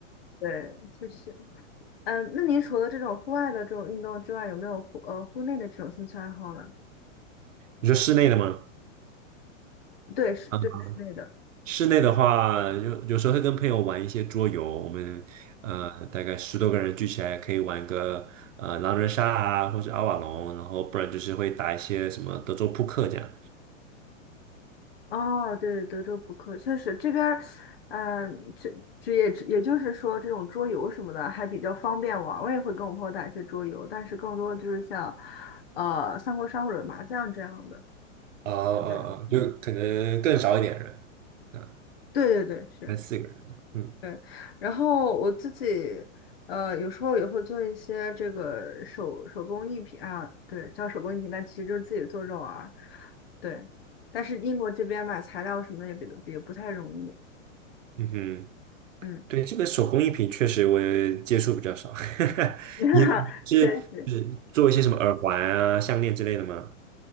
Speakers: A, on the left; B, on the right.
A: 对，确实，嗯，那您除了这种户外的这种运动之外，有没有户呃户内的这种兴趣爱好呢？
B: 你说室内的吗？
A: 对，是，
B: 啊？
A: 对，室内的，
B: 室内的话，有有时候会跟朋友玩一些桌游，我们呃大概十多个人聚起来可以玩个呃狼人杀啊，或者阿瓦隆，然后不然就是会打一些什么德州扑克这样。
A: 哦，对，德州扑克确实这边儿，嗯、这这也也就是说，这种桌游什么的还比较方便玩儿。我也会跟我朋友打一些桌游，但是更多的就是像，呃，三国杀或者麻将这样的。
B: 啊啊啊，
A: 嗯，嗯
B: 就可能更少一点人，嗯，
A: 对对对，是，
B: 三四个人，嗯，
A: 对。然后我自己，呃，有时候也会做一些这个手手工艺品啊，对，叫手工艺品，但其实就是自己做着玩儿。对，但是英国这边买材料什么的也比也不太容易。
B: 嗯哼，
A: 嗯。
B: 对，这个手工艺品确实我也接触比较少。<laughs>
A: <laughs>
B: 你你是是做一些什么耳环啊、
A: 确实，
B: 项链之类的吗？